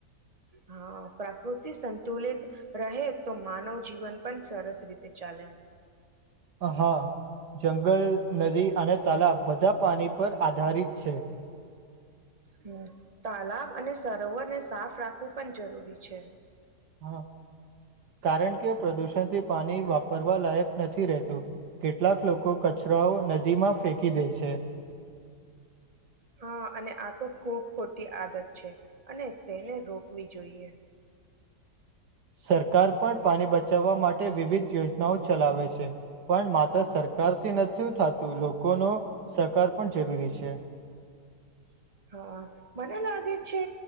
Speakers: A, on the right; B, on the right.
A: હા પ્રકૃતિ સંતુલિત રહે તો માનવ જીવન પણ સરસ રીતે ચાલે
B: હા જંગલ નદી અને તાલાબ બધા પાણી પર આધારિત છે
A: હ તલાબ અને સરોવર ને સાફ રાખવું પણ જરૂરી છે
B: હ કારણ કે પ્રદુષણથી પાણી વાપરવા લાયક નથી રહેતું કેટલાક લોકો કચરાઓ નદીમાં ફેંકી દે છે
A: હા અને આ તો ખૂબ ખોટી આદત છે અને તેને રોકવી જોઈએ
B: સરકાર પણ પાણી બચાવવા માટે વિવિધ યોજનાઓ ચલાવે છે પણ માત્ર સરકારથી નથી થતું લોકોનો સહકાર પણ જરૂરી છે
A: હા મને લાગે છે